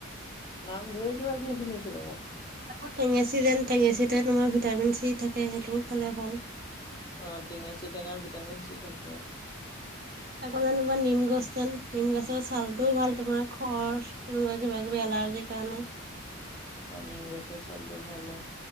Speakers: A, on the left; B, on the right.
A: নাম ঢেৰ কিবা কিবি শুনিছিলোঁ।
B: আকৌ টেঙেচি যেন টেঙেচিতে তোমাৰ ভিটামিন চি থাকে সেইটোও খালে ভাল।
A: অহ তেঙেচি টেঙাত বিটামিন চি থাকে।
B: আকৌ যেনিবা নিম গছ যেন নিম গছৰ ছালটোও ভাল তোমাৰ খৰ চ। এনেকুৱা কিবা কিবি এৰ্লাজি কাৰণে।
A: অ নিম গছৰ ছালটো ভাল অ